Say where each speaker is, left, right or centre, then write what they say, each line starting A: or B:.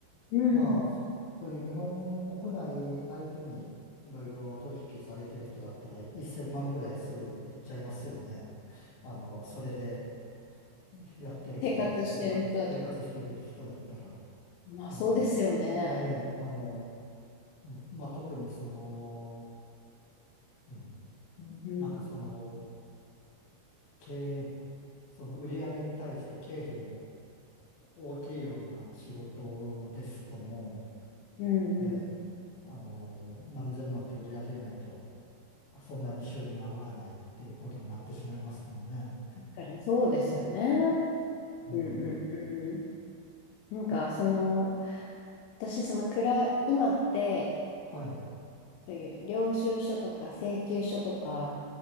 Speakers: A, on the left (about 85°); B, on the left (about 65°).
A: うん。
B: まあ、
A: うん
B: そそういう日本国内相手にいろいろ取引されてる人だったら、1000万ぐらいすぐいっちゃいますよね。あの、それでやってる人でしたら、
A: 生活してる人だと、
B: 生活してる人だったら、
A: まあそうですよね。
B: あの、ええ、あの、うんまあ、特にその、うん、
A: うん、
B: なんかその、経営、その売り上げに対して経費の大きいような仕事ですとも
A: うん、
B: う、ええ、
A: うん。
B: あの、何千万って売り上げないと、そんなに収入上がらないっていうことになってしまいますもんね。
A: 確かにそうですよね。
B: うん。
A: うん、うん、うん。なんか、その、私、その、暗い、今って、
B: はい。
A: そういう領収書とか請求書とか、